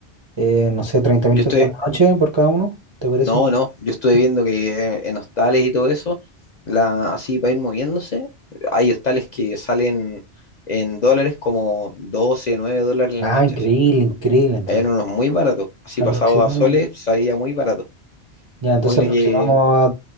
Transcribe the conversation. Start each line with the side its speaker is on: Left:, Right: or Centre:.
Right: eh, no sé, treinta mil
Left: Yo
Right: pesos
Left: estoy,
Right: a la noche por cada uno, ¿te parece
Left: no,
Right: un...
Left: no, yo estoy viendo que en hostales y todo eso, la, así para ir moviéndose, hay hostales que salen en dólares como 12 9 dólares en
Right: Ah,
Left: la noche.
Right: increíble, increíble. Entonces,
Left: Allá eran unos muy baratos, así pasado
Right: aproximamos,
Left: a soles salía muy barato.
Right: ya, entonces
Left: Ponle
Right: aproximamos
Left: que,
Right: a